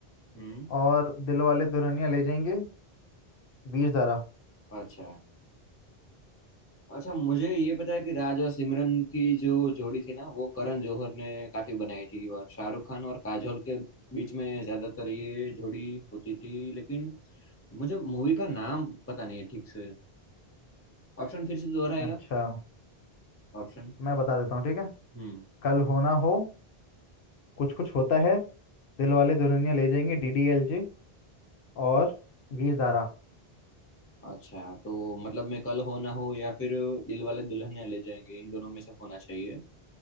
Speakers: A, on the left (about 15°); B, on the left (about 65°).
A: हम्म
B: और दिल वाले दुल्हनिया ले जाएंगे वीर ज़ारा
A: अच्छा अच्छा मुझे ये पता है कि राज और सिमरन की जो जोड़ी थी ना वो करण जौहर ने काफी बनाई थी और शाहरुख खान और काजोल के बीच में ज्यादातर ये जोड़ी होती थी लेकिन मुझे मूवी का नाम पता नहीं है ठीक से ऑप्शन फिर से दोहराएगा
B: अच्छा
A: ऑप्शन
B: मैं बता देता हूँ ठीक है
A: हम्म
B: कल होना हो कुछ कुछ होता है दिल वाले Dulhania Le Jayenge D D L J और वीर ज़ारा
A: अच्छा तो मतलब मैं कल हो ना हो या फिर दिल वाले दुल्हनिया ले जाएंगे इन दोनों में से होना चाहिए